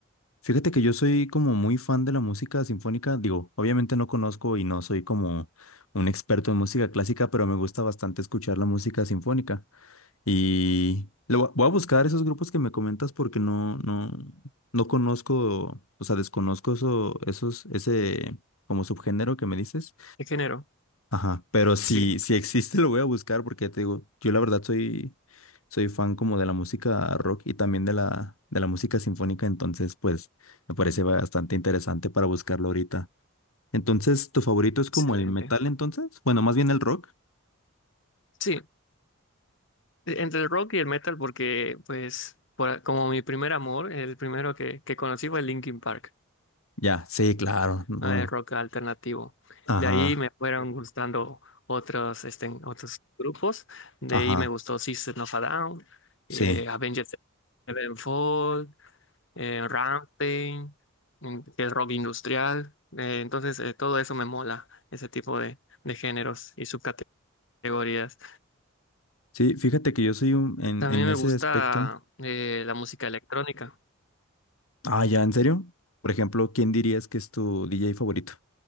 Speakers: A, on the left; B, on the left.
A: Fíjate que yo soy como muy fan de la música sinfónica. Digo, obviamente no conozco y no soy como un experto en música clásica, pero me gusta bastante escuchar la música sinfónica. Y le voy a voy a buscar esos grupos que me comentas porque no, no, no conozco, o sea, desconozco eso, esos, ese como subgénero que me dices.
B: ¿Qué género?
A: Ajá, pero si,
B: Sí,
A: si existe lo voy a buscar porque te digo, yo la verdad soy, soy fan como de la música rock y también de la, de la música sinfónica, entonces pues me parece bastante interesante para buscarlo ahorita. Entonces, ¿tu favorito es
B: excelente.
A: como el metal entonces? Bueno, más bien el rock.
B: Sí. E- Entre el rock y el metal, porque, pues, por como mi primer amor, el primero que, que conocí fue Linkin Park,
A: Ya, sí, claro, no.
B: ah, el rock alternativo.
A: Ajá,
B: De ahí me fueron gustando otros, este, otros grupos. De
A: ajá,
B: ahí me gustó System of a Down,
A: sí.
B: eh, Avenged Sevenfold, eh, Rammstein, mm, que es rock industrial. Eh, entonces, eh, todo eso me mola, ese tipo de, de géneros y subcategorías.
A: Sí, fíjate que yo soy un, en,
B: También
A: en ese
B: me gusta
A: aspecto.
B: eh, la música electrónica.
A: Ah, ya, ¿en serio? Por ejemplo, ¿quién dirías que es tu DJ favorito?